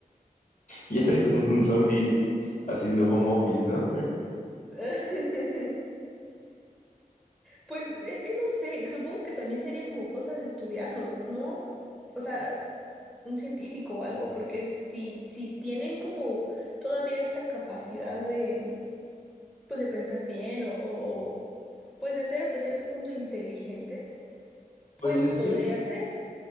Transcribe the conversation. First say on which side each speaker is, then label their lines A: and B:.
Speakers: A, on the left; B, in the centre.
A: Ya ves un, un zombie haciendo home office, ¿no?
B: <laughs> Pues es que no sé, supongo que también sería como cosa de estudiarlos, ¿no? O sea, un científico o algo, porque si, si tienen como todavía esta capacidad de, pues de pensar bien o, o pues de ser hasta cierto punto inteligentes, pues
A: Pues es
B: podría
A: que
B: ser,